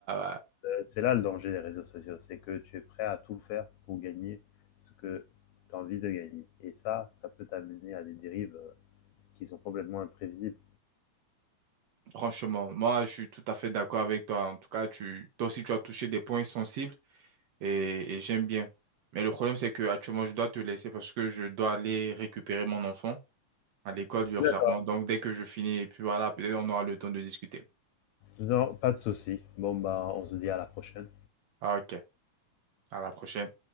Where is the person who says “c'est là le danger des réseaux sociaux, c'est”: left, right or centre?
Left